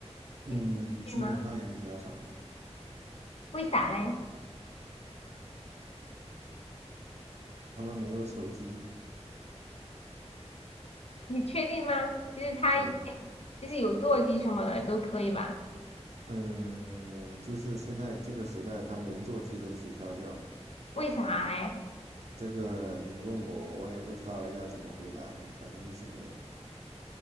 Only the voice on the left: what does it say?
有对吗？
为啥嘞？
你确定吗？就是他
就是有座机什么的都可以吧？
为啥嘞？